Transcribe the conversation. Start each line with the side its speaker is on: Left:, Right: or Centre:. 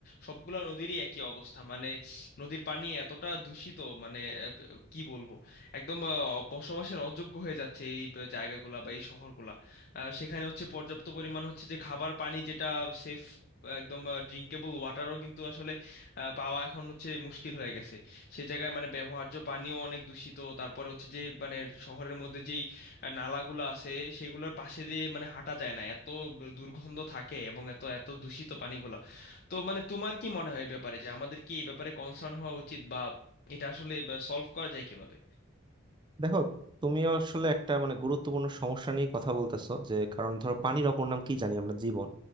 Left: সবগুলা নদীরই একই অবস্থা মানে নদীর পানি এতটা দূষিত মানে আহ, ব- কি বলবো একদম আহ, বসবাসের অযোগ্য হয়ে যাচ্ছে এই ব- জায়গাগুলা বা এই শহরগুলা আহ, সেখানে হচ্ছে পর্যাপ্ত পরিমাণ হচ্ছে যে খাবার পানি যেটা সেফ একদম ড্রিঙ্কেবল ওয়াটারও কিন্তু আসলে আহ, পাওয়া এখন হচ্ছে মুশকিল হয়ে গেছে সেই জায়গায় মানে ব্যবহার্য পানিও অনেক দূষিত তারপরে হচ্ছে যে মানে শহরের মধ্যে যেই আহ, নালাগুলো আছে সেগুলোর পাশে দিয়ে মানে হাঁটা যায় না এত দুর্গন্ধ থাকে এবং এত এত দূষিত পানিগুলো তো মানে তোমার কি মনে হয় এই ব্যাপারে যে আমাদের কি এই ব্যাপারে কনসার্ন হওয়া উচিত বা এটা আসলে সলভ করা যায় কিভাবে
Right: দেখো তুমি আসলে একটা মানে গুরুত্বপূর্ণ সমস্যা নিয়ে কথা বলতেছো যে কারণ ধরো পানির অপর নাম কি জানি আমরা জীবন